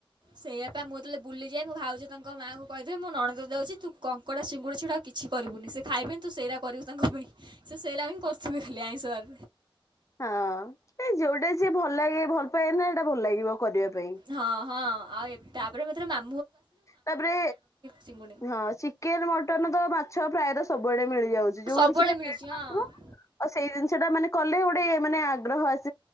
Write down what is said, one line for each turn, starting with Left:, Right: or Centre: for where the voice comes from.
Right: ସେଇଆପା ମୁଁ ଯେତେବେଳେ ବୁଲିଯାଏ ମୁଁ ଭାଉଜ ତାଙ୍କ ମାଆଙ୍କୁ କହିିଥିବେ ମୋ ନଣନ୍ଦ ଯାଉଛି ତୁ କଙ୍କଡା ଚିଙ୍ଗୁଡି ଛଡ଼ା ଆଉ କିଛି କିଛି କରିବୁନି ସେ ଖାଇବେନି ତୁ ସେଇରା କରିବୁ ତାଙ୍କ ପାଇଁ। ସେଇଟା ହିଁ କରଥିବେ ଖାଲି ଆଇଁସର
Left: ହଁ ଏ ଯୋଉଟା ଯିଏ ଭଲ ଲାଗେ ଭଲ ପାଏ ନା ହେଇଟା ଭଲ ଲାଗିବ କରିବା ପାଇଁ।
Right: ହଁ ହଁ ଆଉ ଏ ତାପରେ ମ --
Left: ତାପରେ
Right: ଚିଙ୍ଗୁଡ଼ି
Left: ହଁ ଚିକେନ ମଟନ ତ ମାଛ ଫ୍ରାଏ ର ସବୁଆଡେ ମିଳି -- ମିଳିଯାଉଚି ଯୋଉ
Right: ସବୁବେଳେ
Left: ଜିନିଷଟା <unintelligible>
Right: ମିଳୁଛି ହଁ।
Left: ସେଇ ଜିନିଷ ଟା ମାନେ କଲେ ଗୋଟେ ମାନେ ଆଗ୍ରହ ଆସି --